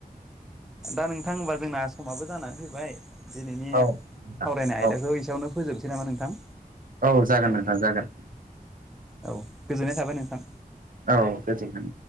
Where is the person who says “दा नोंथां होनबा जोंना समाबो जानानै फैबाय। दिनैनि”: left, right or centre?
Centre